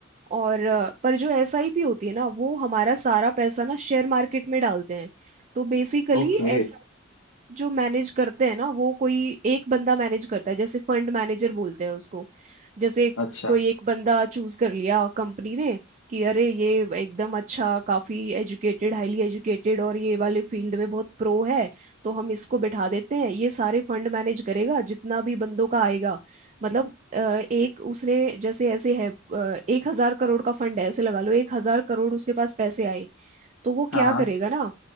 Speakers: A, on the right; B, on the left.
A: और अ, पर जो एसआईपी होती है ना वो हमारा सारा पैसा ना शेयर मार्केट में डालते हैं तो बेसिकली
B: ओके
A: एस जो मैनेज करते हैं ना वो कोई एक बंदा मैनेज करता है जैसे फंड मैनेजर बोलते हैं उसको जैसे
B: अच्छा
A: कोई एक बंदा चूज कर लिया कंपनी ने कि अरे ये एकदम अच्छा काफी एजुकेटेड हाईली एजुकेटेड और ये वाले फील्ड में बहुत प्रो है तो हम इसको बिठा देते हैं ये सारे फंड मैनेज करेगा जितना भी बंदों का आएगा मतलब अ, एक उसने जैसे ऐसे है एक हजार करोड़ का फंड है ऐसे लगा लो एक हजार करोड़ उसके पास पैसे आए तो वो
B: हाँ
A: क्या
B: हाँ
A: करेगा ना